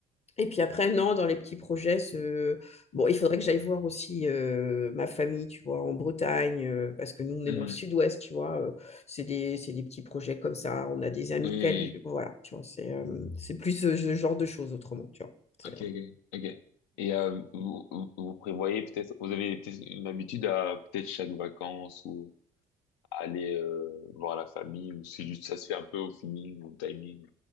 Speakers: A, on the left (about 35°); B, on the left (about 70°).
A: et puis après, non, dans les petits projets, ce- bon, il faudrait que j'aille voir aussi euh, ma famille, tu vois, en Bretagne, euh, parce que nous, on est
B: Mhm.
A: dans le sud-ouest, tu vois. euh, c'est des, c'est des petits projets comme ça. On a des amis
B: Oui,
A: de Cali, voilà, tu vois. C'est euh, c'est plus ce ce genre de choses autrement, tu vois. C'est,
B: ok,
A: euh,
B: ok, ok. Et euh, vous, vous vous prévoyez peut-être, vous avez peut-être une habitude à peut-être chaque vacances ou à aller euh, voir la famille ou c'est juste ça se fait un peu au feeling, au timing.